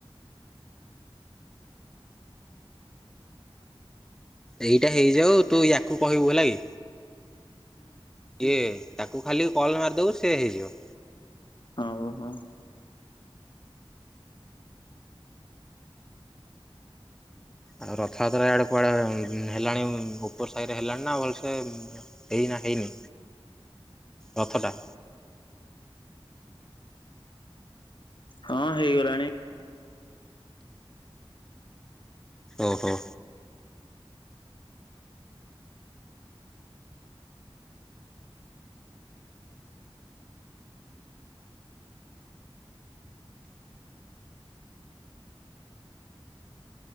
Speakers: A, in the centre; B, on the left (about 55°).
A: ଏଇଟା ହେଇଯାଉ ତୁ ୟାକୁ କହିବୁ ହେଲା କି। ଇଏ ତାକୁ ଖାଲି କଲ୍ ମାରିଦବୁ ସେ ହେଇଯିବ।
B: ହଉ ହଉ।
A: ଆଡେ ରଥଯାତ୍ରା ଆଡେ କୁଆଡେ ହେଲାଣି ଉପ <unintelligible> ରେ ହେଲାଣି ନା ଭଲସେ ହେଇନା ହେଇନି ରଥ ଟା।
B: ହଁ ହେଇଗଲାଣି।
A: ଓହୋ।